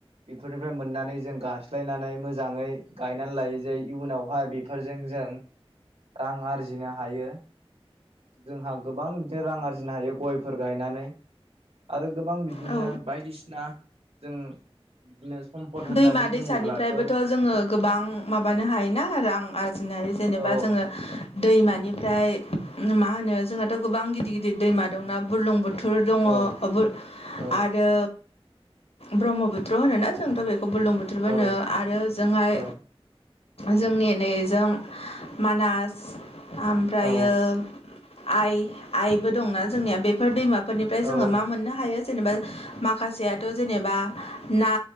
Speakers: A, on the right; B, on the left.
A: बेफोरनिफ्राय मोननानै जों गास्लायनानै मोजाङै गायनानै लायो जे इयुनावहाय बेफोरजों जों रां आरजिनो हायो जोंहा गोबां बिदिनो रां आरजिनो हायो गयफोर गायनानै आरो गोबां बिदिनो
B: औ
A: बायदिसिना जों बिदिनो सम्पद होननानै
B: दैमा
A: बुङोब्लाथ'
B: दैसानिफ्रायबोथ'
A: औ
B: जोङो गोबां माबानो हायोना आरो आं आरजिनो हायो जेनेबा
A: औ
B: जों जोङो दैमानिफ्राय मा होनो जोंनाथ' गोबां गिदिर-गिदिर दैमा दंना बुरलुंबुथुर थुर दङ
A: औ
B: ओ बुर
A: औ
B: आरो ब्रह्मपुत्थ्र होनोना जोंथ' बेख खौ बुलुंबुथुरबो होनो
A: औ
B: आरो ओजोंहाय
A: औ
B: जोंनि नैजों मानास आमफ्रायो
A: औ
B: आइ आइबो दंना जोंनिया बेफोर दैमाफोरनिफ्राय
A: औ
B: जोङो
A: औ
B: मा मोननो हायो जेनेबा माखासेयाथ' जेनेबा ना